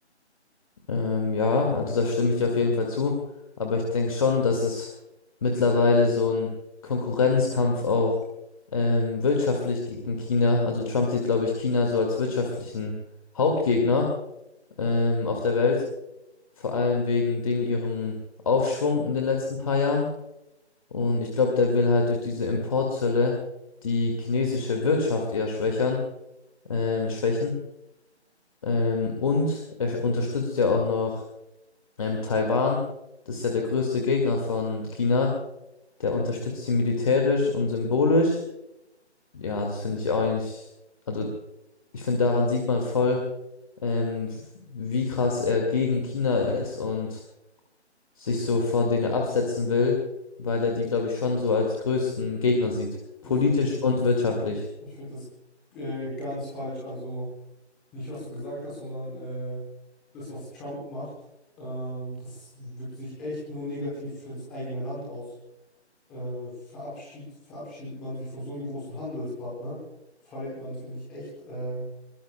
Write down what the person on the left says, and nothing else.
Ähm, ja, also da stimme ich dir auf jeden Fall zu. Aber ich denke schon, dass es mittlerweile so ein Konkurrenzkampf auch ähm, wirtschaftlich gegen China. Also Trump sieht, glaube ich, China so als wirtschaftlichen Hauptgegner ähm, auf der Welt. Vor allem wegen den ihrem Aufschwung in den letzten paar Jahren. Und ich glaube, der will halt durch diese Importzölle die chinesische Wirtschaft eher schwächern, ähm, schwächen. Ähm, und er unterstützt ja auch noch ähm, Taiwan. Das ist ja der größte Gegner von China. Der unterstützt sie militärisch und symbolisch. Ja, das finde ich auch eigentlich, also ich finde, daran sieht man voll, ähm, wie krass er gegen China ist und sich so vor denen absetzen will, weil er die, glaube ich, schon so als größten Gegner sieht. Politisch
und wirtschaftlich.